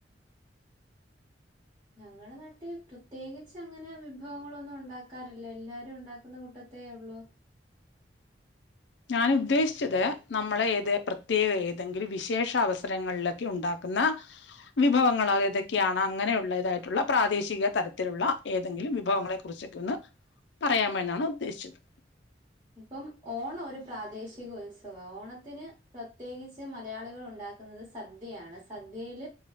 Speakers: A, on the right; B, on the left.
A: ഞങ്ങളെ നാട്ടി പ്രത്യേകിച്ചങ്ങനെ വിഭവങ്ങളൊന്നു ഒണ്ടാക്കാറില്ല എല്ലാരും ഒണ്ടാക്കുന്ന കൂട്ടത്തി ത്തേ ഉള്ളൂ
B: ഞാൻ ഉദ്ദേശിച്ചത് നമ്മളെ ഏത് പ്രത്യേക ഏതെങ്കിലും വിശേഷ അവസരങ്ങളിലൊക്കെ ഉണ്ടാക്കുന്ന വിഭവങ്ങൾ ഏതൊക്കെയാണ് അങ്ങനെയുള്ള തായി ട്ടുള്ള പ്രാദേശിക തരത്തിലുള്ള ഏതെങ്കിലും വിഭവങ്ങളെ കുറിച്ചൊക്കെ ഒന്ന് പറയാമോ വെന്നാണ് ഉദ്ദേശിച്ചത്
A: ഇപ്പം ഓണം ഒരു പ്രാദേശിക ഉത്സവ ഓണത്തിന് പ്രത്യേകിച്ച് മലയാളികൾ ഉണ്ടാക്കുന്നത് സദ്യയാണ് സദ്യയിൽ